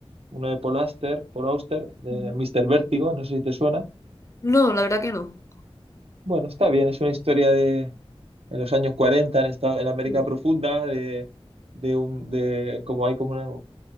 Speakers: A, on the right; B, on the left.
A: uno de Paul Auster, Paul Auster, de
B: Ujú.
A: Mr. Vértigo, no sé si te suena.
B: No, la verdad que no.
A: Bueno, está bien, es una historia de en los años 40 en, esta, en la América
B: Mm.
A: profunda, de, de un, de como hay como una-